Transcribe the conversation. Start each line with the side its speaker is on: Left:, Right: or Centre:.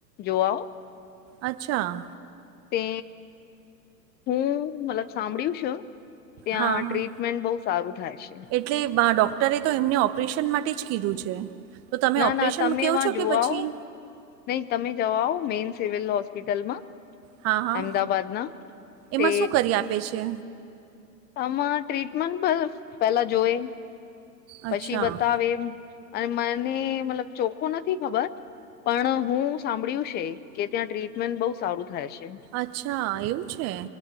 Left: જોવાઓ.
Right: અચ્છા.
Left: તે હું મલા. સાંભળ્યું છે ત્યાં
Right: હા
Left: ટ્રીટમેન્ટ
Right: હા
Left: બહુ સારું થાય છે.
Right: એટલે ડોક્ટરે તો એમને ઓપરેશન માટે જ કીધું છે. તો તમે
Left: ના
Right: ઓપરેશનમાં
Left: ના તમે
Right: કેવો
Left: એમાં
Right: છો
Left: જોવાઓ
Right: કે પછી.
Left: નહી તમે જવાઓ મેઈન સિવિલ હોસ્પિટલમાં.
Right: હા, હા.
Left: અમદાબાદના
Right: એમાં
Left: તે.
Right: શું કરી આપે છે?
Left: આમાં ટ્રીટમેન્ટ બસ પેલા જોઈ. પછી
Right: અચ્છા,
Left: બતાવે એ અને મને મતલબ ચોખ્ખો નથી ખબર. પણ હું સાંભળ્યું છે કે ત્યાં ટ્રીટમેન્ટ બહુ સારું થાય છે.
Right: અચ્છા એવું છે